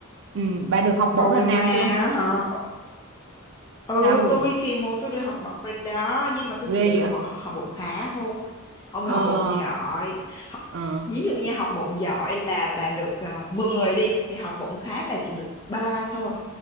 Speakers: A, on the right; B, on the left.
A: ừ. Bà được học
B: rồi
A: bổng lần nào
B: mà
A: chưa?
B: hả ừ
A: Sao rồi?
B: tôi kỳ một tôi được học bổng rồi đó nhưng mà tôi
A: Ghê
B: chỉ được học
A: vậy?
B: bổng học bổng khá thôi không
A: Ờ,
B: được học bổng giỏi học,
A: ờ,
B: ví dụ như học bổng giỏi là bà được uh, 10 đi thì học bổng khá bà chỉ được 3 thôi